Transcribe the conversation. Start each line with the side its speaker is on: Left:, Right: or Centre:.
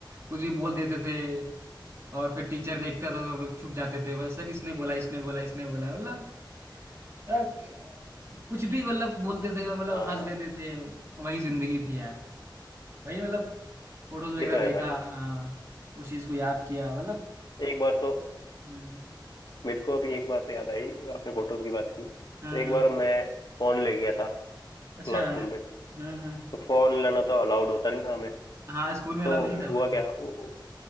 Right: कुछ भी बोल देते थे और फिर टीचर देखता था तो हम लोग छुप जाते थे बस सर इसने बोला इसने बोला इसने बोला मतलब मतलब कुछ भी मतलब बोलते थे और मतलब
Left: हाँ
Right: हंस देते थे वही जिंदगी थी यार वही मतलब फोटोज वगैरह
Left: ये तो है
Right: देखा
Left: भाई
Right: हाँ उस चीज को याद किया मतलब
Left: एक बार तो
Right: हम्म,
Left: मेरे को अभी एक बात याद आई आपने फोटोज की बात की तो
Right: हाँ
Left: एक बार मैं फोन ले गया था
Right: अच्छा
Left: क्लासरूम
Right: हाँ
Left: में
Right: हाँ
Left: तो फोन लेना तो अलाउड होता नहीं था हमें
Right: हाँ स्कूल में अलाउ
Left: तो
Right: नहीं था
Left: हुआ
Right: भाई
Left: क्या उ- उ-